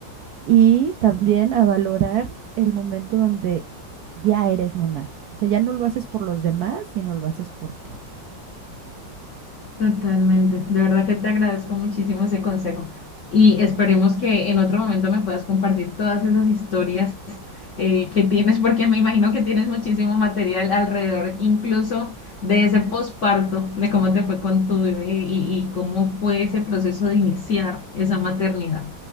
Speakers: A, on the right (about 70°); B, on the left (about 70°).
A: y también a valorar el momento donde ya eres mamá. O sea, ya no lo haces por los demás, sino lo haces por ti.
B: Totalmente. De verdad que te agradezco muchísimo ese consejo y esperemos que en otro momento me puedas compartir todas esas historias eh, que tienes, porque me imagino que tienes muchísimo material alrededor, incluso de ese posparto, de cómo te fue con tu bebé y, y cómo fue ese proceso de iniciar esa maternidad.